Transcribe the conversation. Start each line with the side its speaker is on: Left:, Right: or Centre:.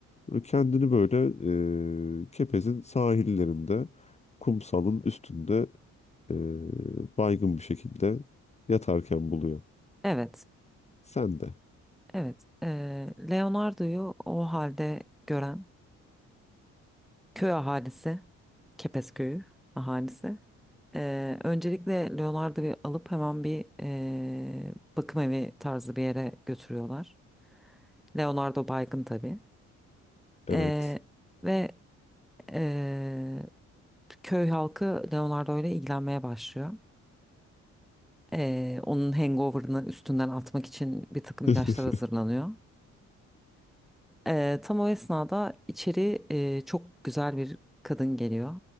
Left: böyle kendini böyle e, Kepez'in sahillerinde kumsalın üstünde e, baygın bir şekilde yatarken buluyor.
Centre: Evet.
Left: Sen de.
Centre: Evet, eee, Leonardo'yu o halde gören köy ahalisi, Kepez köyü ahalisi. eee, öncelikle Leonardo'yu alıp hemen bir eee, bakım evi tarzı bir yere götürüyorlar. Leonardo baygın tabii.
Left: Evet.
Centre: Eee, ve eee, köy halkı Leonardo ile ilgilenmeye başlıyor. Eee, onun hangover'ını üstünden atmak için bir takım
Left: <laughs>
Centre: ilaçlar hazırlanıyor. Ee, tam o esnada içeri e, çok güzel bir kadın geliyor.